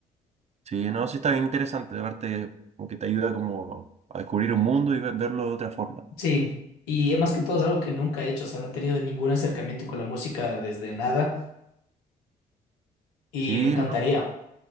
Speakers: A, on the right (about 40°); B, on the left (about 85°).
A: Sí, no, sí está bien interesante. Aparte, como que te ayuda como a descubrir un mundo y ve- verlo de otra forma.
B: Sí. Y es más que todo es algo que nunca he hecho, o sea, no he tenido ningún acercamiento con la música desde nada y
A: Sí,
B: me encantaría.